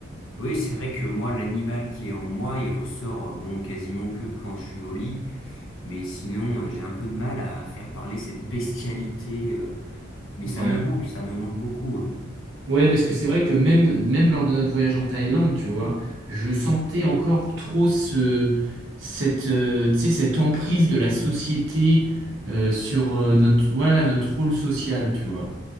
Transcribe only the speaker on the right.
Ouais.
Ouais, parce que c'est vrai que même, même lors de notre voyage en Thaïlande, tu vois, je sentais encore trop ce, cette, euh, tu sais, cette emprise de la société euh, sur euh, notre, voilà, notre rôle social, tu vois.